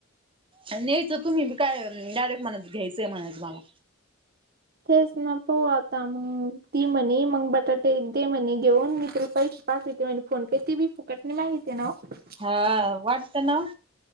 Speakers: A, on the right; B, on the right.
A: नाहीच तुम्हीबी काय डायरेक्ट म्हणायचं घ्यायचंय म्हणायचं मला.
B: तेच ना, पाहु आता मग, ती म्हणे मग बटाटे दे म्हणे घेऊन मी तुला पैसे पाठवते म्हणे. फोनपेती बी फुकटणी माहितीे नावो
A: हा वाटतं नाओ